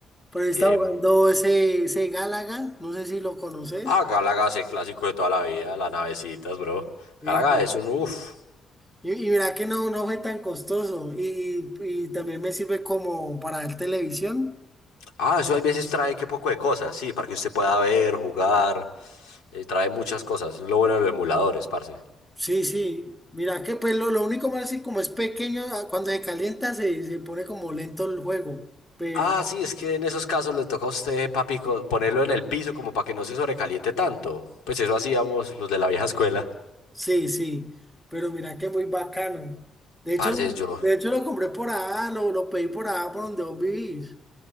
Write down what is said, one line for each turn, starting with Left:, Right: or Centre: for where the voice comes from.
Centre: Pero estaba
Left: Tienen,
Centre: jugando ese, ese Galaga, no sé si lo conoces.
Left: ah, galaga es el clásico de toda la vida, las navecitas, bro.
Centre: Eh,
Left: Galaga es un, uff.
Centre: Y, y mira que no, no fue tan costoso. Y, y y también me sirve como para ver televisión.
Left: Ah, eso hay veces trae que poco de cosas, sí, para que usted pueda ver, jugar, eh, trae muchas cosas. Es lo bueno de los emuladores, parce.
Centre: Sí, sí. Mira que pues lo, lo único malo es que como es pequeño, ah, cuando se calienta se, se pone como lento el juego. Pero
Left: Ah, sí, es que en esos casos le toca a usted, papi, co- ponerlo en el piso como para que no se sobrecaliente tanto. Pues eso hacíamos los de la vieja escuela.
Centre: sí, sí. Pero mira que muy bacano. De hecho,
Left: Parce,
Centre: lo-
Left: yo.
Centre: de hecho lo compré por allá, lo, lo pedí por allá por donde vos vivís.